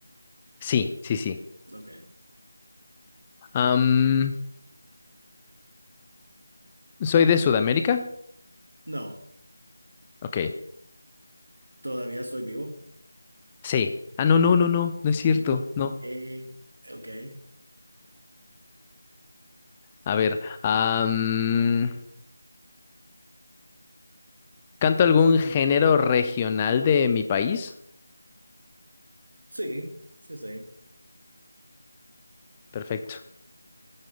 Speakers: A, on the left; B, on the right.
A: Sí, sí, sí.
B: ok,
A: Am, ¿soy de Sudamérica?
B: no,
A: Ok.
B: todavía soy vivo.
A: Sí. Ah, no, no, no, no. No es cierto.
B: No.
A: No.
B: Que, ok.
A: A ver. am, ¿canto algún género regional de mi país?
B: Sí, sí, sí.
A: Perfecto.